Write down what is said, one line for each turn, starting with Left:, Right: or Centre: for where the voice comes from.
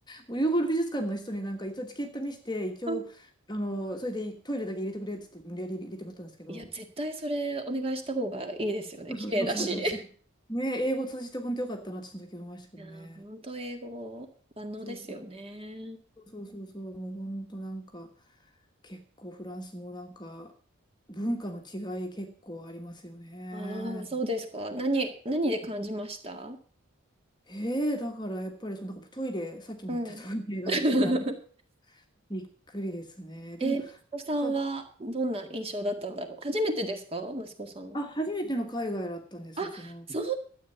Left: もうルーブル美術館の人になんか、一応チケット見せて、一応、
Right: うん
Left: あの、それでトイレだけ入れてくれっつって、無理やり入れてもらったんですけど、
Right: いや、絶対それお願いした方がいいですよね。
Left: そうそうそうそう。
Right: 綺麗だし。
Left: そうそうねえ、英語通じて本当よかったなって、その時思いましたけどね。
Right: いやー、本当英語万能ですよね。
Left: そうそうそうそうそう、もう本当なんか、結構フランスもなんか、文化の違い結構ありますよね。
Right: ああ、そうですか。何、何で感じました
Left: へえ、だからやっぱりそのなんかトイレ、さっきも言ったトイレが一番
Right: うん。<laughs>
Left: びっくりですね。
Right: え、
Left: でも、
Right: 息子さんはどんな印象だったんだろう。
Left: なんか
Right: 初めてですか息子さんは。
Left: あ、初めての海外だったんです、
Right: あ、
Left: その。
Right: そう